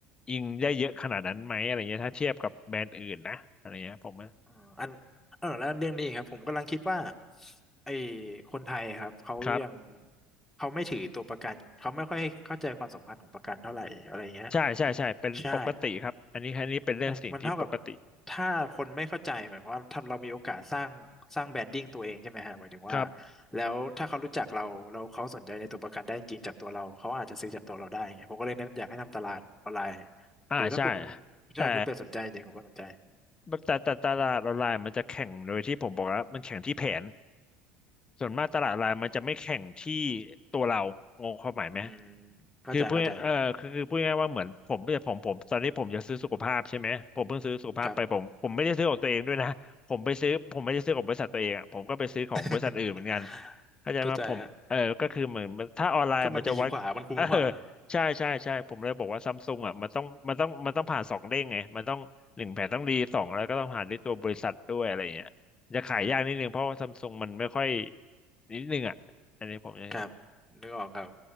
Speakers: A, on the left (about 25°); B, in the centre.
A: อิงได้เยอะขนาดนั้นไหมอะไรเงี้ยถ้าเทียบกับแบรนด์อื่นนะอะไรเงี้ยผมว่า
B: อ่ออันเออแล้วเรื่องนี้ครับผมกำลังคิดว่าไอ้คนไทยอะครับเขายัง
A: ครับ
B: เขาไม่ถือตัวประกันเขาไม่ค่อยเข้าใจความสำคัญของประกันเท่าไหร่อะไรเงี้ย
A: ใช่ใช่ใช่เป็นปกติครับอันนี้อันนี้เป็นเรื่องสิ่งที่ปกติ
B: ใช่ ใช่ มันเท่ากับถ้าคนไม่เข้าใจหมายความว่าถ้าเรามีโอกาสสร้างสร้างแบรนดิ้งตัวเองใช่ไหมฮะหมายถึงว่า
A: ครับ
B: แล้วถ้าเขารู้จักเราแล้วเขาสนใจในตัวประกันได้จริงๆจากตัวเราเขาอาจจะซื้อจากตัวเราได้ไงผมก็เลยแนะอยากให้ทำตลาดออนไลน์
A: อ่าใช่
B: หรือถ้าคุณ
A: แต่
B: ใช่คุณเป็ดสนใจจริงผมก็สนใจ
A: แต่แต่ตลาดออนไลน์มันจะแข่งโดยที่ผมบอกแล้วมันแข่งที่แผนส่วนมากตลาดออนไลน์มันจะไม่แข่งที่
B: อืม
A: ตัวเรางงความหมายไหม
B: อืมเข้าใจเข้าใจครับ
A: คือพูดเอ่อคือคือพูดง่ายๆว่าเหมือนผมไม่ใช่ผมผมตอนนี้ผมจะซื้อสุขภาพใช่ไหมผมเพิ่งซื้อสุขภาพไปผมผมไม่ได้ซื้อของตัวเองด้วยนะผมไปซื้อผมไม่ได้ซื้อของบริษัทตัวเองอ่ะผมก็ไปซื้อของบริษัทอื่นเหมือนกัน
B: ครับ <laughs>
A: เข้าใจไหมผมเออก็คือเหมือนถ้าออนไลน์มันจะวัดเออ
B: เข้าใจฮะก็มันดีกว่ามันคุ้มกว่า
A: ใช่ใช่ใช่ผมเลยบอกว่าซัมซุงอ่ะมันต้องมันต้องมันต้องผ่านสองเด้งไงมันต้องหนึ่งแผนต้องดีสองแล้วก็ต้องผ่านด้วยตัวบริษัทด้วยอะไรอย่างเงี้ยจะขายยากนิดนึงเพราะว่าซัมซุงมันไม่ค่อย
B: อืมใช่
A: นิดนึงอ่ะอันนี้ผมจะ
B: ครับนึกออกครับ